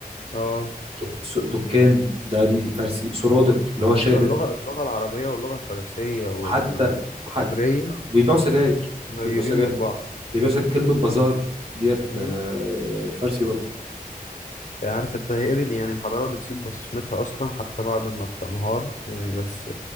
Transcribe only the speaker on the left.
اه
ايوه اللغه اللغه العربيه واللغه الفارسيه وال-
والعبريه
قريبين
من بعض
مم.
عارف انت هي دي يعني الحضارة بتسيب بصمتها أصلا حتى بعد ما بتنهار يعني بس